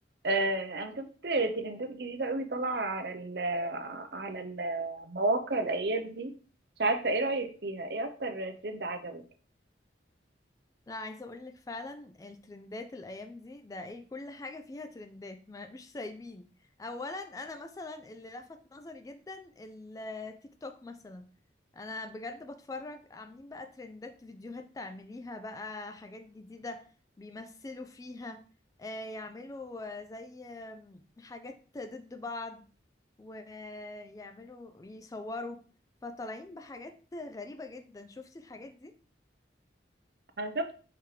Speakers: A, on the right (about 55°); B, on the left (about 20°).
A: آه، انا شفت ترندات جديده قوي طالعه على ال على المواقع الايام دي مش عارفه ايه رايك فيها ايه اكتر ترند عجبك
B: لا عايزه اقول لك فعلا الترندات الايام دي ده ايه كل حاجه فيها ترندات ما <laughs> مش سايبين اولا انا مثلا اللي لفت نظري جدا التيك توك مثلا انا بجد بتفرج عاملين بقى ترندات فيديوهات تعمليها بقى حاجات جديده بيمثلوا فيها آه، يعملوا آه، زي آم، حاجات ضد بعض ويعملوا يصوروا فطالعين بحاجات غريبه جدا شفتي الحاجات دي
A: انا شفت